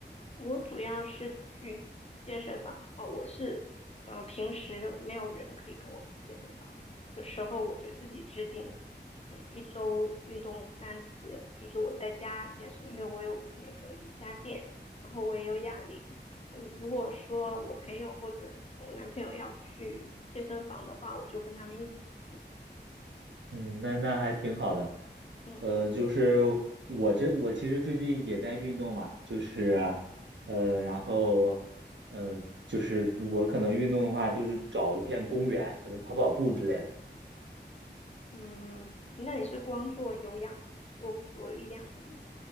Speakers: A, on the left; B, on the right.
A: 我主要是去健身房哦，我是嗯、呃平时没有人可以跟我一起去健身房的时候，我就自己制定，嗯，一周运动三次，就是我在家健身，因为我有那个瑜伽垫，然后我也有哑铃。嗯，如果说我朋友或者呃我男朋友要去健身房的话，我就跟他们一起去。
B: 嗯，那那还挺好的。
A: 嗯
B: 呃，就是我这我其实最近也在运动嘛，就是呃，然后呃，就是我可能运动的话，就是找一片公园，可能跑跑步之类的。
A: 嗯，那你是光做有氧吗？做不做力量训练？